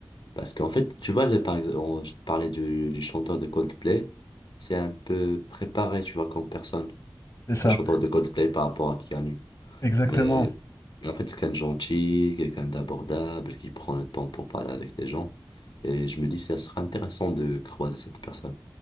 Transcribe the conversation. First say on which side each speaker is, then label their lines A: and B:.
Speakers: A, on the left (about 75°); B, on the left (about 55°).
A: Parce qu'en fait, tu vois, les- par exemple, on- je te parlais du, du chanteur de Coldplay, c'est un peu préparé, tu vois, comme personne,
B: C'est ça.
A: le chanteur de Coldplay par rapport à Keanu.
B: Exactement.
A: Mais, mais en fait, c'est quelqu'un de gentil, quelqu'un d'abordable, qui prend le temps pour parler avec les gens. Et je me dis, ça serait intéressant de croiser cette personne.